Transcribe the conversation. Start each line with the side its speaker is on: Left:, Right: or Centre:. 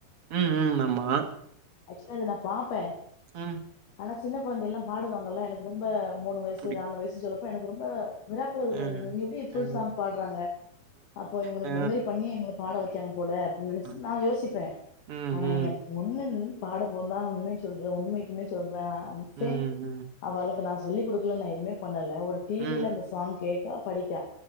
Right: ம் ம் ஆமா
Left: ஆக்சுவலா இது நா பாப்பே
Right: ம்
Left: ஆனா சின்ன குழந்தை எல்லாம் பாடுவாங்கல்ல எனக்கு ரொம்ப மூணு வயசு
Right: புடி
Left: நாலு வயசு சொல்லப் ப எனக்கு ரொம்ப மிராக்ல இருக்கும்
Right: அ
Left: இதுங் எப்டி இருக் ஃபுல்
Right: அ
Left: சாங் பாடுறாங்க அப்ப இவனுக்கு
Right: அ
Left: மெமரி பண்ணி இவங்கள பாட வைக்காங்க போல அப்டி நெனைச்சி
Right: அ
Left: நா யோசிப்ப
Right: ம்
Left: ஆனா
Right: ம்
Left: யேன் பொண்ணு ன் பாட போது தா உண்மை சொல்றே உண்மைக்குமே சொல் <unintelligible>
Right: ம் ம்
Left: அவளுக்கு நா சொல்லி கொடுக்கல நா எதுமே பண் ணல ஒரு டிவியில
Right: ம்
Left: அந்த சாங் கேட்டா படிக்கா.